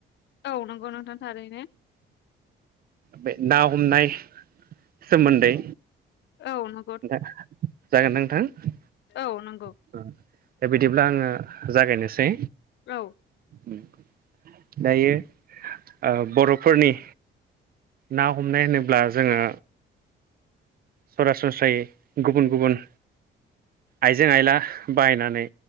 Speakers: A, on the left; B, on the right.
A: औ नंगौ नोंथां थारैनो
B: बे ना हमनाय सोमोन्दै
A: औ नु
B: था जागोनदां नोंथां?
A: औ नंगौ ‌।
B: ओ दा बिदिब्ला आङो जागायनोसै।
A: औ।
B: ओम दायो ओ बर'फोरनि ना हमनाय होनोब्ला जोङो सरासनस्रायै गुबुन गुबुन आइजें आइला बाहायनानै